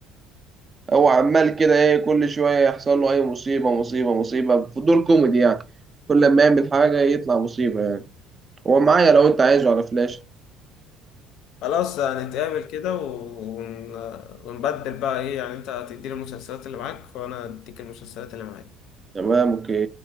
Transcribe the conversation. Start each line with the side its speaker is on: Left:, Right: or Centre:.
Right: هو عمال كده ايه كل شويه يحصل له اي مصيبه مصيبه مصيبه في دور كوميدي يعني كل لما يعمل حاجه يطلع مصيبه يعني هو معايا لو انت عايزه على فلاش
Left: خلاص هنتقابل كده ون... ونبدل بقى ايه يعني انت هتديني المسلسلات اللي معاك وانا اديك المسلسلات اللي معايا
Right: تمام اوكي